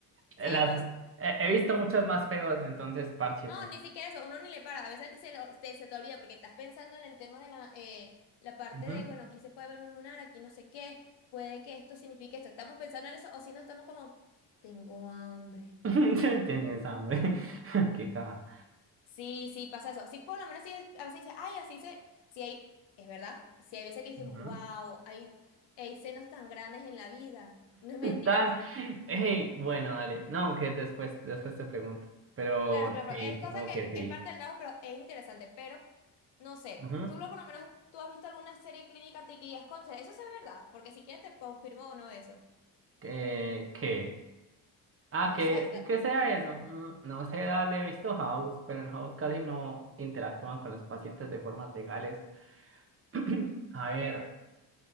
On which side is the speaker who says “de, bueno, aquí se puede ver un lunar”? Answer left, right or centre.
Left